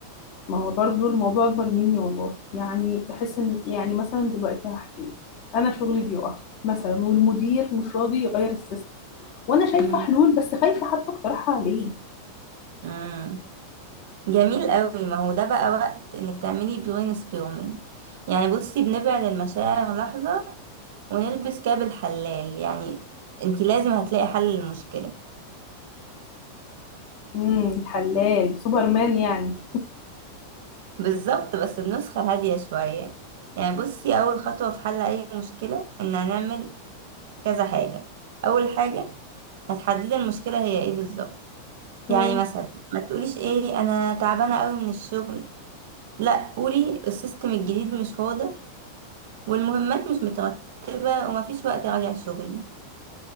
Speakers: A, on the left; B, on the right.
A: ما هو برضه الموضوع اكبر مني والله يعني بحس ان يعني مثلا دلوقتي هحكي لك انا شغلي بيقع مثلا والمدير مش راضي يغير السيستم وانا شايفه
B: مم.
A: حلول بس خايفه حتى اقترحها عليه
B: مم. جميل قوي ما هو ده بقى وقت انك تعملي برين ستورمينج يعني بصي بنبعد المشاعر لحظة ونلبس كاب الحلال يعني انتي لازم هتلاقي حل للمشكلة
A: امم حلال سوبرمان يعني
B: بالظبط بس بنسخة هادية شوية يعني بصي أول خطوة في حل أي مشكلة إن هنعمل كذا حاجة أول حاجة هتحددي المشكلة هي إيه بالظبط يعني
A: امم
B: مثلا ما تقوليش إيه أنا تعبانة أوي من الشغل لأ قولي السيستم الجديد مش واضح والمهمات مش مترتبة ومفيش وقت أراجع شغلي